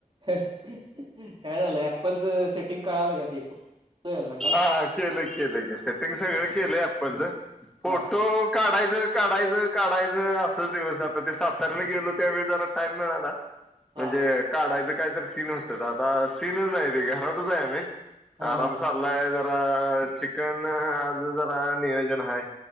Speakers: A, on the right; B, in the centre.
A: काय झालं ॲप्पल च सेटिंग कळालं का ते? कळलं ना काल
B: हा केलं केलं सेटिंग सगळं केलं ॲप्पलचं फोटो
A: हा
B: का? काढायचं काढायचं काढायचं असंच दिवस जाताय ते साताऱ्याने गेलो त्यावेळी जरा टाइम मिळाला
A: हा
B: म्हणजे
A: हा
B: काढायचं काहीतरी सीन होत आता सीनच नाही त घरातच आहे आम्ही
A: हा
B: आराम
A: हा
B: चालाय
A: हा
B: जरा चिकन आज जरा नियोजन आहे.